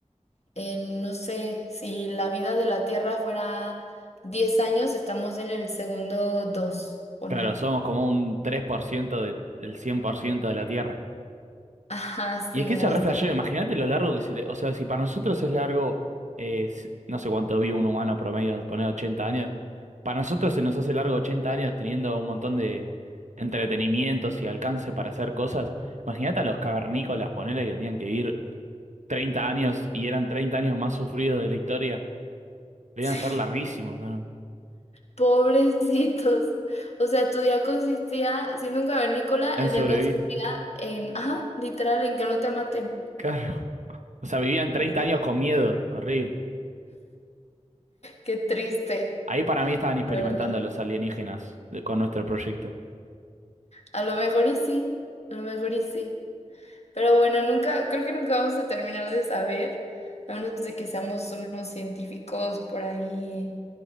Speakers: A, on the left; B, on the right.
A: en, no sé, si la vida de la Tierra fuera 10 años, estamos en el segundo 2 pone.
B: Claro, somos como un 3% de, del 100% de la Tierra.
A: Ajá, sí,
B: Y es que eso
A: o
B: es
A: hasta.
B: re flashero, imagínate lo largo que se le... O sea, si para nosotros es largo, eh, s- no sé cuánto vive un humano promedio, poner ochenta años, para nosotros se nos hace largo 80 años teniendo un montón de entretenimientos y alcance para hacer cosas. Imagínate a los cavernícolas, ponele que tenían que vivir 30 años y eran 30 años más sufridos de la historia. Debían
A: sí.
B: ser
A: <laughs>
B: larguísimos, ¿o ¿no?
A: Pobrecitos. O sea, tu día consistía, siendo un cavernícola,
B: En
A: el
B: sobrevivir.
A: día consistía en, ajá, literal, en que no te maten.
B: Claro. O sea, vivían 30
A: O sea,
B: años con miedo, horrible.
A: Qué triste,
B: Ahí para mí estaban experimentando
A: la verdad.
B: los alienígenas de- con nuestro proyecto.
A: A lo mejor y sí, a lo mejor y sí. Pero bueno, nunca, creo que nunca vamos a terminar de saber, a menos de que seamos unos científicos por ahí